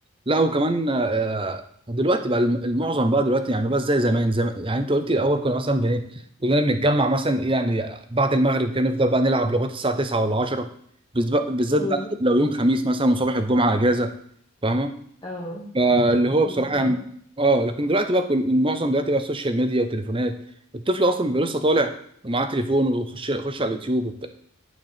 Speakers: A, on the right; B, on the left.
A: لا وكمان آه، دلوقتي بقى الم- المعظم بقى دلوقتي يعني بس زي زمان زي ما- يعني انت قلتي الاول كنا مثلا بن... كلنا بنتجمع مثلا ايه يعني بعد المغرب كان نفضل بقى نلعب لغايه الساعه 9 ولا 10 بز- بالذات
B: امم
A: بقى لو يوم خميس مثلا وصباح الجمعه اجازه فاهمه
B: اه
A: فاللي هو
B: بالظبط
A: بصراحه يعني اه لكن دلوقتي بقى كل المعظم دلوقتي بقى السوشيال ميديا والتليفونات الطفل اصلا بيبقى لسه طالع ومعاه تليفون ويخش يخش على اليوتيوب وبتاع